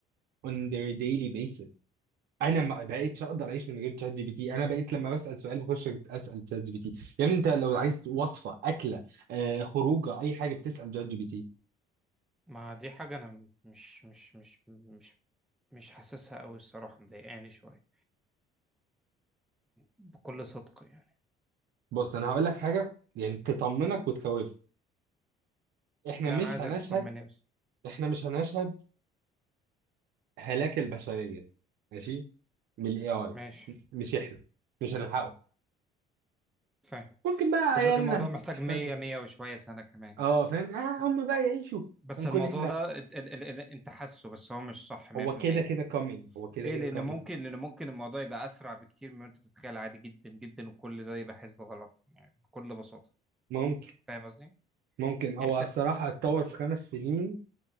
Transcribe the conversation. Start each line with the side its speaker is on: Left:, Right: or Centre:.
Right: on their daily basis انا ما بقيتش اقدر اعيش من غير شات جي بي تي انا بقيت لما بسال سؤال بخش اسال شات جي بي تي يا ابني انت لو عايز وصفه اكله آه خروجه اي حاجه بتسال شات جي بي تي
Centre: ما دي حاجة انا مش مش مش مش مش حاسسها قوي الصراحة مضايقاني شوية بكل صدق يعني
Right: بص انا هقول لك حاجه يعني تطمنك وتخوفك احنا
Centre: لا
Right: مش
Centre: انا عايزك
Right: هنشهد
Centre: تطمني بس
Right: احنا مش هنشهد هلاك البشريه ماشي من الاي اي
Centre: ماشي
Right: مش احنا مش هنلحقه
Centre: فاهم
Right: ممكن بقى عيالنا
Centre: قصدك الموضوع محتاج
Right: احفادنا
Centre: 100 100 وشوية سنة كمان
Right: اه
Centre: يعني.
Right: فاهم اه هم بقى يعيشوا
Centre: بس
Right: هنكون
Centre: الموضوع
Right: احنا
Centre: ده ال ال ال ال انت حاسه بس هو مش صح 100%
Right: هو كده كده coming هو كده
Centre: ليه؟
Right: كده
Centre: لأن
Right: coming
Centre: ممكن لأن ممكن الموضوع يبقى أسرع بكتير مما أنت تتخيل عادي جدا جدا وكل ده يبقى حسبة غلط يعني بكل بساطة
Right: ممكن
Centre: فاهم قصدي؟ يعني
Right: ممكن هو
Centre: أنت
Right: الصراحة اتطور في خمس سنين